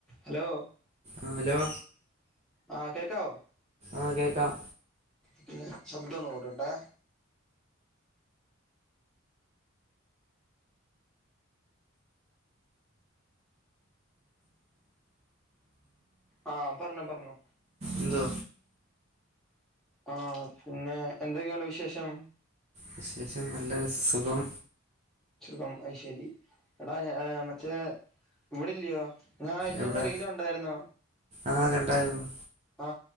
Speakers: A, in the centre; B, on the right.
A: ഹലോ
B: ആ ഹലോ
A: ആ കേക്കാവോ
B: ആ കേൾക്കാം
A: പിന്നെ ശബ്ദം ഒന്നു കൂട്ടട്ടെ ആ പറഞ്ഞോ പറഞ്ഞോ
B: എന്തു
A: ആ പിന്നെ എന്തൊക്കെയുണ്ട് വിശേഷം
B: വിശേഷം നല്ല സുഖം
A: സുഖം അയ്ശെരി എടാ മറ്റേ ഇവിടല്ലയോ ഞാൻ അയചന്ന
B: എവിടെ
A: റീല് കണ്ടായിരുന്നോ
B: ആ കണ്ടായിരുന്നു
A: ആ